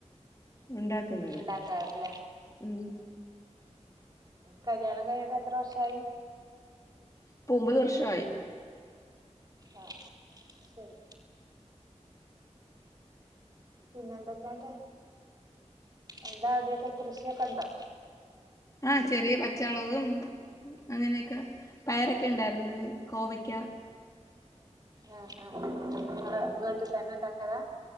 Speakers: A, on the left (about 25°); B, on the right (about 35°).
A: ഉണ്ടാക്കുന്നത്
B: ഉണ്ടാക്കാറില്ലേ
A: മ്
B: കല്യാണം കഴിഞ്ഞിട്ട് എത്ര വർഷായി
A: ഇപ്പൊ ഒമ്പത് വർഷവായി
B: ആഹ് ശരി പിന്നെ എന്തൊക്കെയാട്ടെ എന്താവിടൊക്കെ കൃഷിയൊക്കെ ഉണ്ടോ
A: ആഹ് ചെറിയ പച്ചമുളകും അങ്ങനെയൊക്കെ പയറൊക്കെ ഉണ്ടായിരുന്നു കോവക്ക
B: ആഹ് ആഹ് വീട്ടിൽ തന്നെ ഉണ്ടാക്ക ക്കള